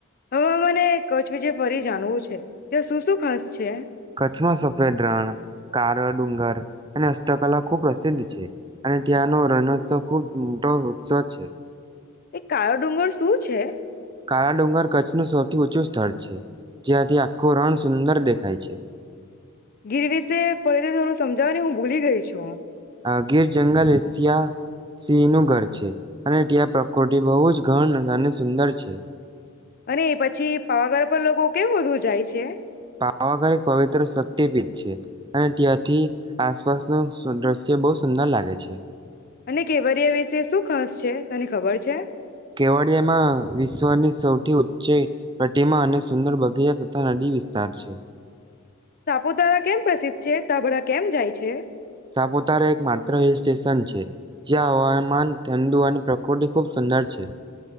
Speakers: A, on the left (about 40°); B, on the right (about 20°).
A: હવે મને કચ્છ વિશે ફરી જાણવું છે ત્યાં શું શું ખાસ છે
B: કચ્છમાં સફેદ રણ કાર. ડુંગર અને હસ્તકલા ખૂબ પ્રસિદ્ધ છે, અને ત્યાંનો રણોત્સવ ખૂબ મોટો ઉત્સવ છે.
A: એ કાળો ડુંગર શું છે?
B: કાળા ડુંગર કચ્છનું સૌથી ઊંચું સ્થળ છે, જ્યાંથી આખું રણ સુંદર દેખાય છે.
A: ગીર વિશે ફરીથી થોડું સમજાવવાની હું ભૂલી ગઈ છું
B: હ ગીર જંગલ એશિયા સિંહ નું ઘર છે, અને ત્યાં પ્રકૃતિ બહુ જ ઘન અને. સુંદર છે.
A: અને એ પછી પાવાગઢ પર લોકો કેમ વધુ જાય છે
B: પાવાગઢ એક પવિત્ર શક પીઠ છે અને ત્યાંથી આસપાસનું દ્રશ્ય બહુ સુંદર લાગે છે.
A: અને કેવરિયા વિશે શું ખાસ છે તને ખબર છે
B: કેવડિયામાં વિશ્વની સૌ થી ઉંચ પ્રતિમા અને સુંદર બગ ગયા તથા નદી વિસ્તાર છે.
A: સાપુતારા કેમ પ્રસિદ્ધ છે તા બડા કેમ જાય છે?
B: સાપુતારા એક માત્ર હિલ સ્ટેશન છે, જ્યાં હવામાન. ઠંડું અને પ્રકૃતિ ખૂબ સુંદર છે.